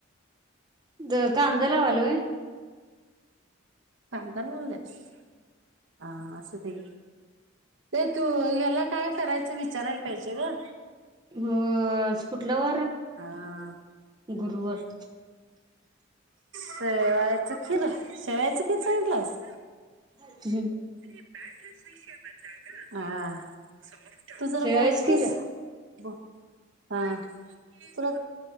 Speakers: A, on the right; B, on the right.
A: द का अांधालावालूय <unintelligible>
B: पांंतलाले <unintelligible> हा.. हा.. असं ते ते तू ह्याला काय करायचं? विचारायला पाहिजे ग..
A: हो..... आज कुठला वार हाय?
B: हा
A: गुरुवार.
B: शे.. वयाच.. खीर.. शेवयाच खीर सांगितलंस?
A: हूं
B: बॅटरी <unintelligible> तू जरा
A: शेवाळीच
B: बोलतोस?
A: की र
B: ब.. हा.. तुला